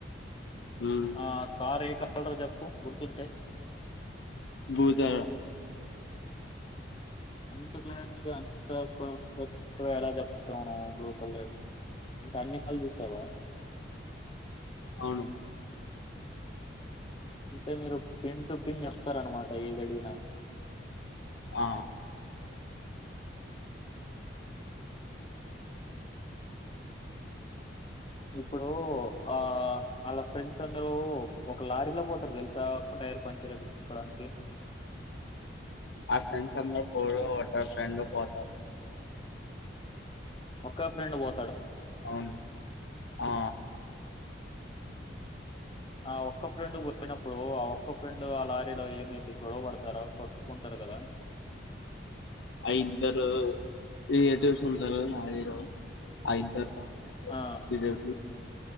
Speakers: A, on the left; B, on the left.
A: ఉమ్
B: ఆ కారే కాలరా జప్పు గుర్తుంటే
A: భూతార
B: అంత క్లారిటీగా అంత పర్ఫెక్ట్గా ఎలా చెప్తావు్ బ్లూ కలర్ అని అంటే అన్నిసార్లు చూసావా
A: అవును
B: అంటే మీరు పిన్ టు పిన్ చెప్తారనమాట ఏదడినా
A: ఆ
B: ఇప్పుడు ఆ వాళ్ళ ఫ్రెండ్స్ అందరూ ఒక లారీలో పోతారు తెలుసా టైర్ పంచర్ అయియిించుకోడానికి
A: ఆ ఫ్రెండ్ స ప ఫ్రెండ్ పోత
B: ఒక ఫ్రెండ్ పో
A: అవును ఆ
B: ఆ ఒక్క ఫ్రెండ్ పోయినప్పుడు ఆ ఒక్క ఫ్రెండ్ ఆ లారీలో ఏమైతే గొడవ పడతారో కొట్టుకుంటారు కదా
A: ఐద్దరు రిలేటివ్స్ ఉంటారు నారు ఐద్దరు
B: ఆ
A: ఇజ <inaudible>